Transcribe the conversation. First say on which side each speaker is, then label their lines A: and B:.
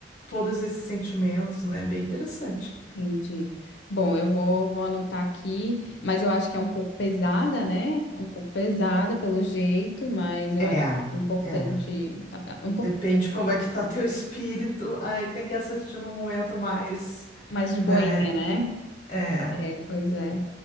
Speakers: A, on the left; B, on the left.
A: todos esses sentimentos, né? Bem interessante.
B: Entendi. Bom, eu vou, vou anotar aqui, mas eu acho que é um pouco pesada, né? É Um pouco pesada pelo jeito, mas eu
A: É,
B: acho importante,
A: é.
B: ah, ah, importante
A: Depende
B: assistir,
A: como é que tá
B: né?
A: teu espírito, aí tem que assistir num momento mais,
B: Mais de
A: né?
B: boinha, né?
A: É.
B: É, pois é.